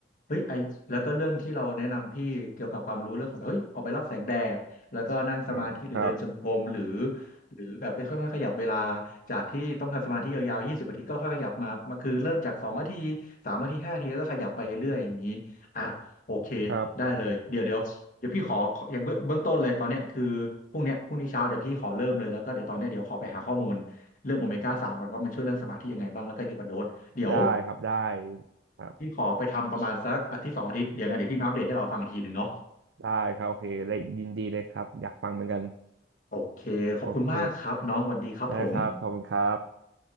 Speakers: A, on the left (about 50°); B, on the right (about 80°).
A: เฮ้ยไอแล้วก็เรื่องที่เราแนะนำพี่เกี่ยวกับความรู้เรื่องของแบบเฮ้ยออกไปรับแสงแดด แล้วก็นั่งสมาธิหรือเดินจงกรมหรือ
B: เออครับ
A: หรือแบบเอ้ยค่อยๆขยับเวลาจากที่ต้องทำสมาธิยาวๆยี่สิบนาทีก็ค่อยขยับมามาคือเริ่มจากสองนาทีสามนาทีห้านาทีแล้วก็ขยับไปเรื่อยๆอย่างนี้อ่ะโอเค
B: ครับ
A: ได้เลยเดี๋ยวเดี๋ยวเดี๋ยวพี่ขออย่างเบื้องเบื้องต้นเลยตอนเนี้ยคือพรุ่งเนี้ยพรุ่งนี้เช้าเดี๋ยวพี่ขอเริ่มเลยแล้วก็เดี๋ยวตอนเนี้ยเดี๋ยวขอไปหาข้อมูลเรื่องโอเมก้าสามก่อนว่ามันช่วยเรื่องสมาธิยังไงบ้างแล้วก็เกี่ยวกับโดสเดี๋ยว
B: ได้ครับได้ครับ
A: พี่ขอไปทำประมาณสักอาทิตย์สองอาทิตย์เดี๋ยวไงเดี๋ยวพี่มาอัปเดตให้เราฟังอีกทีหนึ่งเนาะ
B: ได้ครับโอเคเลยยินดีเลยครับอยากฟังเหมือนกัน
A: โอเคขอบคุณมากครับน้องสวัสดีครับผม
B: โอเคได้ครับขอบคุณครับ